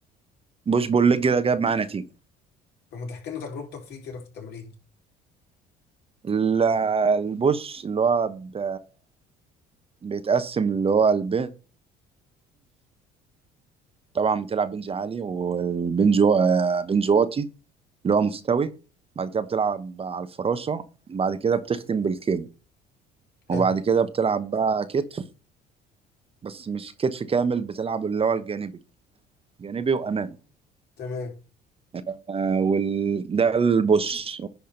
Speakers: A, on the right (about 30°); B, on the left (about 60°).
A: بوش بول ليج ده جاب معايا نتيجه
B: طب ما تحكي لنا تجربتك فيه كده في التمرين
A: ال- البوش اللي هو ب... بيتقسم اللي هو البنج طبعا بتلعب بنج عالي والبنج و- آه، بنج واطي اللي هو مستوي بعد كده بتلعب على الفراشه بعد كده بتختم بالكيبل
B: حلو
A: وبعد كده بتلعب بقى كتف بس مش كتف كامل بتلعب اللي هو الجانبي جانبي وامامي
B: تمام
A: آه، وال... ده البوش